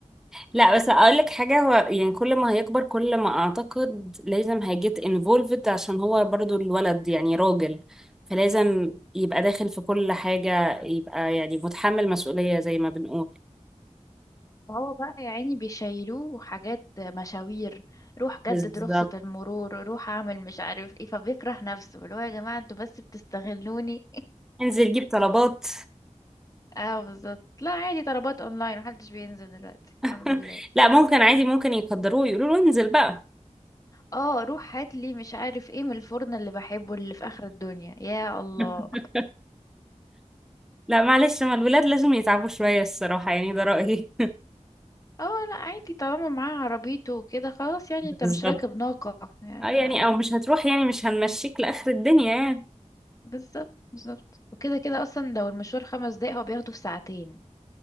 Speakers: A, in the centre; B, on the left.
A: لا بس اقول لك حاجه هو يعني كل ما هيكبر كل ما اعتقد لازم هيجيت انفولفد عشان هو برضو الولد يعني راجل فلازم يبقى داخل في كل حاجه يبقى يعني متحمل مسؤوليه زي ما بنقول
B: فهو بقى يا عيني بيشيلوه حاجات مشاوير روح
A: بالظبط
B: جدد رخصة المرور روح اعمل مش عارف ايه فبيكره نفسه اللي هو يا جماعة انتوا بس بتستغلوني
A: انزل جيب طلبات
B: <laughs> اه بالظبط لا عادي طلبات اونلاين محدش بينزل دلوقتي
A: <laughs>
B: الحمد لله
A: لا ممكن عادي ممكن يقدروه يقولوا له انزل بقى
B: اه روح هات لي مش عارف ايه من الفرن اللي بحبه اللي في اخر الدنيا يا الله
A: <laughs> لا معلش ما الولاد لازم يتعبوا شويه الصراحه يعني ده رايي
B: اه لا عادي طالما معاه عربيته وكده خلاص يعني
A: <laughs>
B: انت
A: بالظبط
B: مش راكب ناقة يعني
A: اه يعني
B: آه،
A: او مش هتروح يعني مش هنمشيك لاخر الدنيا يعني
B: بالظبط بالظبط وكده كده اصلا لو المشوار خمس دقايق هو بياخده في ساعتين